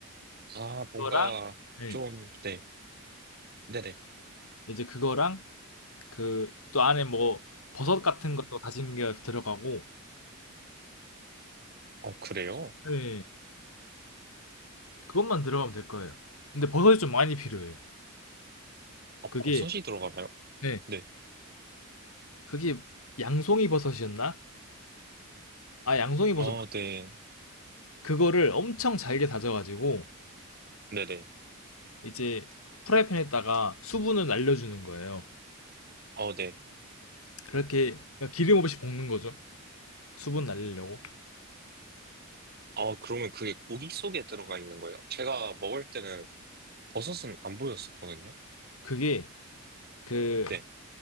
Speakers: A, on the right; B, on the left.
A: 아, 뭔가
B: 그거랑 네.
A: 좀, 네. 네네.
B: 이제 그거랑 그 또 안에 뭐 버섯 같은 것도 다진게 들어가고
A: 어, 그래요?
B: 예, 그것만 들어가면 될 거예요. 근데 버섯이 좀 많이 필요해요.
A: 어,
B: 그게
A: 버섯이 들어가나요?
B: 예,
A: 네.
B: 그게 양송이 버섯이었나? 아 양송이 버섯
A: 어,
B: 맞-
A: 네.
B: 그거를 엄청 잘게 다져가지고
A: 네네.
B: 이제 프라이팬에다가 수분을 날려주는 거예요.
A: 어, 네.
B: 그렇게 그러니까 기름 없이 볶는 거죠. 수분 날리려고.
A: 아, 그러면 그게 고기 속에 들어가 있는 거예요? 제가 먹을 때는 버섯은 안 보였었거든요.
B: 그게 그
A: 네.